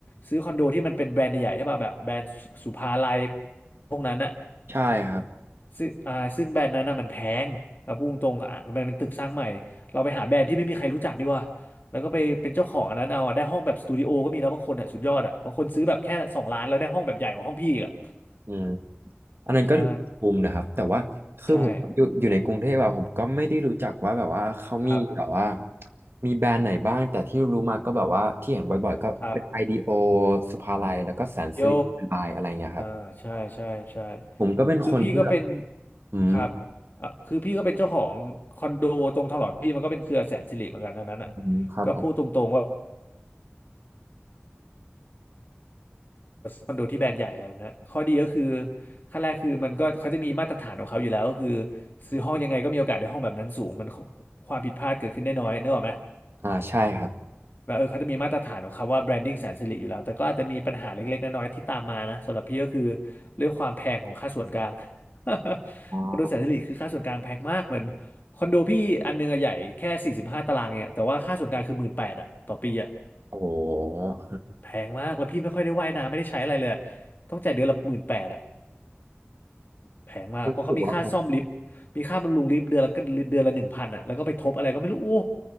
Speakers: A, on the left (about 45°); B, on the right (about 55°).
A: ซื้อคอนโดที่มันเป็นแบรนด์ใหญ่ๆใช่ป่ะแบบแบรนด์สุสุภาลัยพวกนั้นอะ
B: ใช่ครับ
A: ซึ่งอ่าซึ่งแบรนด์นั้นน่ะมันแพงเอาพูดตรงๆอ่ะมันเป็นตึกสร้างใหม่เราไปหาแบรนด์ที่ไม่มีใครรู้จักดีกว่าแล้วก็ไปเป็นเจ้าของอันนั้นเอาอะได้ห้องแบบสตูดิโอก็มีแล้วบางคนอ่ะสุดยอดอ่ะบางคนซื้อแบบแค่สองล้านแล้วได้ห้องแบบใหญ่กว่าห้องพี่อีกอ่ะ
B: อืม อันนั้นก็ถือภูมินะครับแต่ว่าคือผมอยู่อยู่ในกรุงเทพอะผมก็ไม่ได้รู้จักว่าแบบว่าเขามีแบบว่า
A: ใช่ใช่ครับ
B: มีแบรนด์ไหนบ้างแต่ที่รู้มาก็แบบว่าที่เห็นบ่อยๆก็เป็นไอดีโอ
A: ครับ
B: สุภาลัยแล้วก็แสนสิริไลน์อะไรเงี้ยครับ
A: โย อ่าใช่ใช่ใช่
B: ผมก็เป็นคนที่แบบ
A: คือพี่ก็เป็น
B: อืม
A: ครับอ่ะคือพี่ก็เป็นเจ้าของคอนโดตรงทองหล่อพี่มันก็เป็นเครือแสนสิริเหมือนกันอันนั้นอ่ะ
B: อืมครับผม
A: ก็พูดตรงๆว่าคอนโดที่แบรนด์ใหญ่อะไรแบบนั้นข้อดีก็คือขั้นแรกคือมันก็เขาจะมีมาตรฐานของเขาอยู่แล้วก็คือซื้อห้องยังไงก็มีโอกาสได้ห้องแบบนั้นสูงมันความผิดพลาดเกิดขึ้นได้น้อยนึกออกไหม
B: อ่าใช่ครับ
A: แบบเออเขาจะมีมาตรฐานของคำว่า branding แสนสิริอยู่แล้วแต่ก็อาจจะมีปัญหาเล็กๆน้อยๆที่ตามมานะสำหรับพี่ก็คือเรื่องความแพงของค่าส่วนกลาง <laughs>
B: อ๋อ
A: คอนโดแสนสิริคือค่าส่วนกลางแพงมากเหมือนคอนโดพี่อันนึงอะใหญ่แค่สี่สิบห้าตารางเองอะแต่ว่าค่าส่วนกลางคือหมื่นแปดอะต่อปีอะ
B: โอ้โห
A: แพงมากแล้วพี่ไม่ค่อยได้ว่ายน้ำไม่ได้ใช้อะไรเลยอะต้องจ่ายเดือนละหมื่นแปดอะแพงมากเพราะเขามีค่าซ่อมลิฟต์มีค่าบำรุงลิฟต์เดือนละเดือนละหนึ่งพันอะแล้วก็ไปทบอะไรก็ไม่รู้โอ้
B: รู้สึกว่าแพง